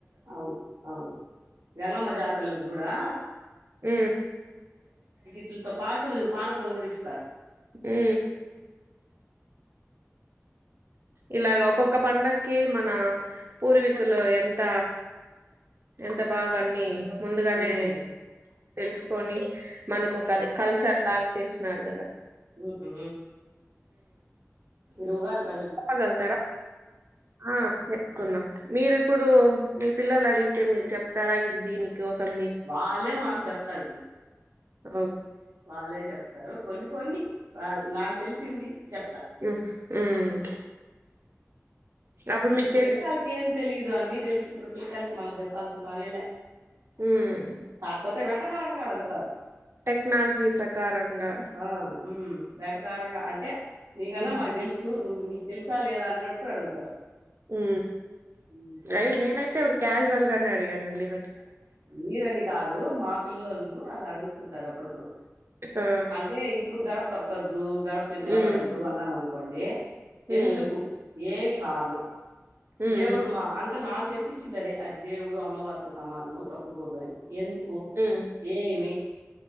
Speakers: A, on the right; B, on the right.
A: అవును అవును గంగమ్మ జాతరలకు కూడా
B: ఉ
A: టిల్ పాటు పానకం గూడా ఇస్తారు
B: ఏ ఇలాగ ఒక్కొక్క పండక్కి మన పూర్వీకులు ఎంత ఎంత బాగా అన్ని ముందుగానే
A: హ్మ్
B: తెలుసు పోని మనకు ఒక అది కల్చర్ లాగా చేసు నారు
A: ఉహ రుగాలు పజిబ్
B: వాళ్ళు జలుతారా ఆ కున్నాం మీరు ఇప్పుడు మీ పిల్లలు అడిగితే మీరు చెప్తారా ఇది దీని కోసం
A: వాళ్ళే మాకు చెప్తారు ఇప్పుడు
B: అఓ
A: వాళ్ళే చెప్తారు కొన్ని కొన్ని వాల్ నాకు తెలిసింది చెప్
B: ఉ ఉమ్ అప్పుడు
A: ఇప్పుడు
B: మీకు తెలి
A: పిల్లకాలికి ఏం తెలిదు ఇదో అన్నీ తెలిసు ఇప్పుడు పిల్లకాయలకు మనం చెప్పాల్సిన పనేలే
B: ఉమ్
A: కాకపోతే వెటకారంగా అడుగుతారు
B: టెక్నాలజీ ప్రకారంగా
A: ఆ ఉ వెటకారంగా అంటే నీకన్నా
B: ఉమ్
A: మాకు తెలుసు నువ్వు నీకు తెలుసా లేదా అన్నట్టు అడుగుతారు
B: ఉ
A: హ్మ్.
B: అయి నేనైతే ఇవడు క్యాల్ గానే అడిగండి
A: మీరని కాదు మా పిల్లళు అలా అడుగు అంటారు అప్పుడప్పుడు
B: ఆ
A: అంటే ఇప్పుడు గడప తక గడప నెలబడద్దు
B: ఉమ్
A: అన్నము అనము కోండి ఎందుకు
B: ఉమ్
A: ఏమి కారణం
B: ఉమ్
A: దేవుడుమా అంత అ మాకు చెప్పించింది అది అది దేవుడు అమ్మవారితో సమానం మో తొక్కకూడదని ఎందుకు
B: ఉమ్
A: ఏమి